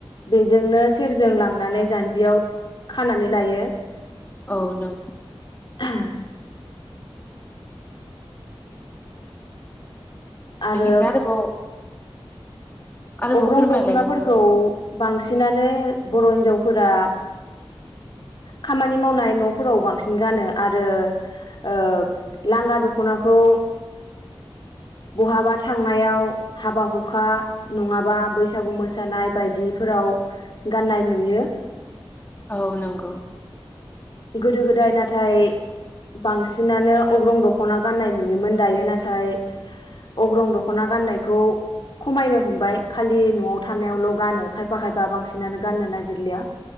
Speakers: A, on the left; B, on the left.
A: बेजोंनो सेरजों लांनानै जान्जियाव खानानै लायो।
B: औ नंगौ
A: <inaudible> आरो
B: बेनिफ्राय आरोबाव आरोबाव
A: अग्रं
B: फोरमायलाय
A: दख'नाफोरखौ
B: नोंथां
A: बांसिनानो बर' हिन्जावफोरा खामानि मावनाय न'फोराव बांसिन गानो आरो ओ लांगा दख'नाखौ बहाबा थांनायाव हाबा हुखा नङाबा बैसागु मोसानाय बायदिफोराव गाननाय नुयो।
B: औ नंगौ
A: गोदो गोदाय नाथाय बांसिनानो अग्रं दख'ना गाननाय नुयोमोन दायो नाथाय अग्रं दख'ना गाननायखौ खमायनो हमबाय खालि न'आव थानायावल' गानो खायफा खायफा बांसिनानो गाननो नागिरलिया